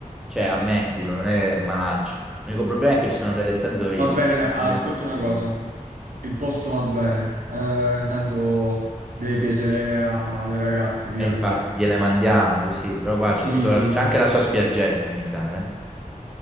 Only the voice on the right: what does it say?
Va
bene, dai,
ah,
ascolta
una cosa. Il posto va bene. Eh, tanto deve piacere a- alle ragazze, mica
a noi.
Sì,
sì,
sì.